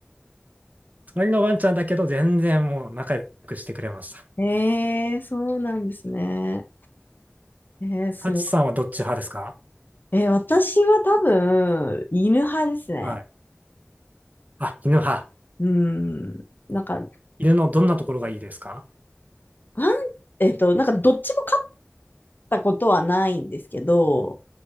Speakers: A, on the right (about 40°); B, on the left (about 50°).
A: 隣のワンちゃんだけど、全然もう仲良くしてくれました。
B: ええそうなんですね。ええすごい。
A: サチさんはどっち派ですか
B: ええ私は多分、犬派ですね。
A: はい。あ、犬派。
B: うん。なんか、あ
A: 犬のどんなところがいいですか
B: ん、えっと、なんかどっちも勝ったことはないんですけど、